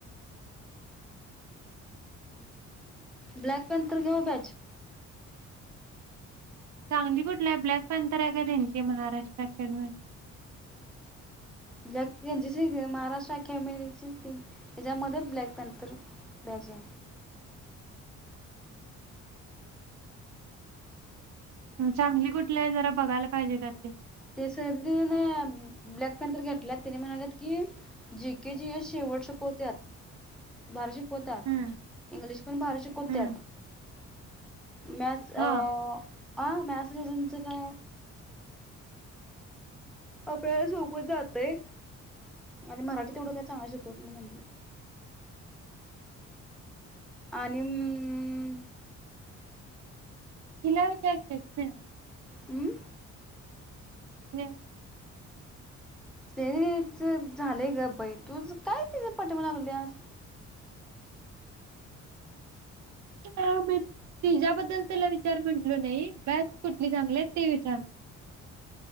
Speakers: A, in the centre; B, on the right.
A: ब्लॅक पँथर घ्या हो बॅच
B: चांगली कुठली आय ब्लॅक पँथर आहे का त्यांची Maharashtra academy
A: black N C C हाय ग महाराष्ट्र खेमेरीची त्याच्यामध्ये ब्लॅक पँथर पॅजन
B: म चांगली कुठली आय जरा बघायला पाहिजे त्यातली.
A: ते सरदीन ब्लॅक पँथर घेतल्यात तेनी म्हणाल्यात की जी के जी एस शेवट शिकवत्यात. भारी शिकवत्यात
B: हम्म
A: इंग्लिश पण भारी शिकवत्याात.
B: हम्म
A: मॅथस
B: हा
A: अ अ मॅस रिझनच काय? आपल्याला सोपच जातय आणि मराठी तेवढं काय चांगलं शिकवत नाही म्हंटली. आणि म --
B: तिला विचार की स्नेह
A: हम्म
B: <unintelligible>
A: सनेहेच झालेय ग बाई तूज काय तिज पाठीमाग लागल्यास
B: ह मी तिच्याबद्दल त्याला विचार म्हटलो नाही बॅच कुठली चांगली आहे ते विचार म्ह